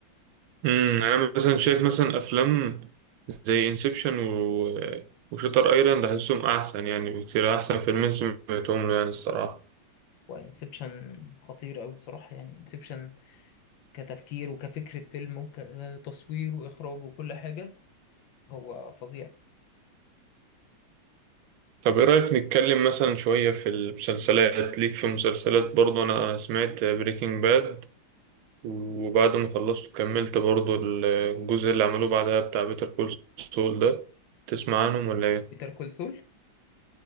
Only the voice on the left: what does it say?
وانسبشن خطير قوي بصراحة يعني انسبشن كتفكير وكفكرة فيلم وكتصوير واخراج وكل حاجة هو فظيع
بيتر كول سول